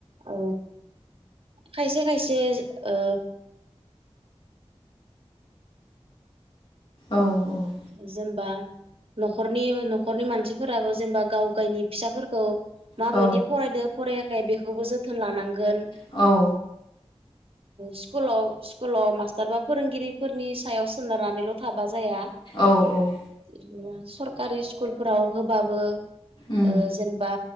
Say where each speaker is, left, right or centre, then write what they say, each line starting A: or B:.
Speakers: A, on the right; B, on the left.
A: औ खायसे खायसे ओ
B: औ औ।
A: जेनबा न'खरनि न'खरनि मानसिफोराबो जेनेबा गाव गायनि फिसाफोरखौ माबायदि
B: औ
A: फरायदो फरायाखै बेखौबो जोथोन लानांगोन।
B: औ।
A: स्कुलाव स्कुलाव मास्टार बा फोरोंगिरिफोरनि सायाव सोनारनानैल' थाबा जाया
B: औ औ।
A: बिदिनो सरकारि स्कुलफोराव होबाबो ओ
B: उम
A: जेनेबा